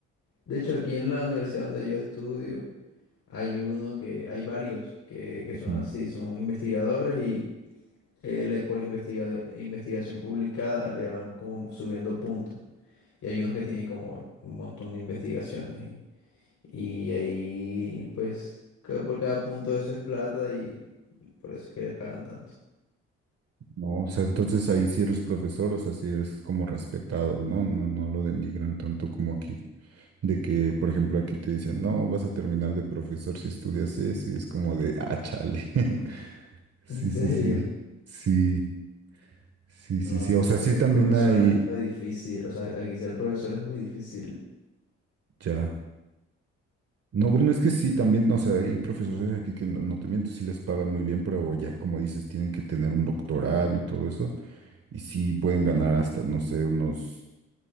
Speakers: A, on the left; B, on the right.
A: De hecho, aquí en la universidad donde yo estudio, hay uno que, hay varios que, que
B: ujú.
A: son así, son investigadores eh, le- por investigado- investigación publicada le van como subiendo puntos. Y hay unos que tienen como un montón de investigaciones. Y, y ahí, pues, ca- por cada punto eso es plata y por eso es que le pagan tanto.
B: no, o sea, entonces ahí sí eres profesor, o sea, sí eres como respetado, ¿no? No, no lo denigran tanto como aquí. De que, por ejemplo, aquí te dicen, no, vas a terminar de profesor si estudias eso, y es como de, ah, chale. <laughs>
A: <laughs> ¿En
B: Sí,
A: serio?
B: sí, sí. Sí, sí,
A: No,
B: sí, sí.
A: aquí,
B: O sea,
A: pro-
B: sí
A: aquí
B: también
A: profesor
B: hay,
A: es hasta difícil. O sea, aquí ser profesor es muy difícil.
B: ya. No, bueno, es que sí, también, o sea, hay profesores aquí que no, no te miento, sí les pagan muy bien, pero ya, como dices, tienen que tener un doctorado y todo eso. Y sí pueden ganar hasta, no sé, unos